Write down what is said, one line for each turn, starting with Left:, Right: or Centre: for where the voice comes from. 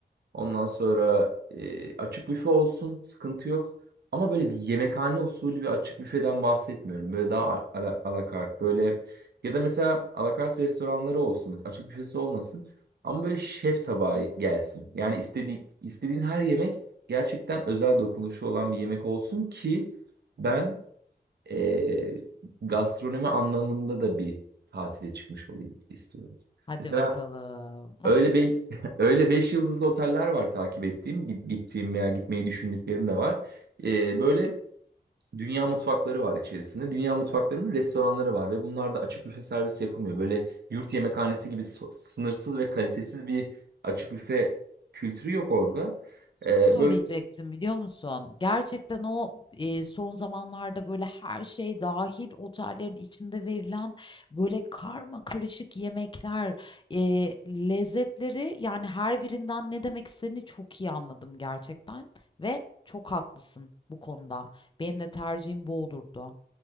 Right: Ondan sonra e, açık büfe olsun, sıkıntı yok. Ama böyle bir yemekhane usulü ve açık büfeden bahsetmiyorum. Böyle daha a- ala, alakart böyle ya da mesela alakart restoranları olsun. Mesela açık büfesi olmasın. Ama böyle şef tabağı gelsin. Yani istediği, istediğin her yemek gerçekten özel dokunuşu olan bir yemek olsun ki ben e, gastronomi anlamında da bir tatile çıkmış olayım istiyorum.
Left: Hadi
Right: Mesela
Left: bakalım.
Right: Öyle be <laughs> öyle beş yıldızlı oteller var takip ettiğim, git- gittiğim veya gitmeyi düşündüklerim de var. Ee, böyle dünya mutfakları var içerisinde. Dünya mutfaklarının restoranları var ve bunlarda açık büfe servis yapılmıyor. Böyle yurt yemekhanesi gibi so- sınırsız ve kalitesiz bir açık büfe kültürü yok orada. Ee,
Left: söyleyecektim
Right: böyle
Left: biliyor musun? Gerçekten o e, son zamanlarda böyle her şey dahil otellerin içinde verilen böyle karma karışık yemekler, e, lezzetleri yani her birinden ne demek istediğini çok iyi anladım gerçekten ve çok haklısın bu konuda. Benim de tercihim bu olurdu.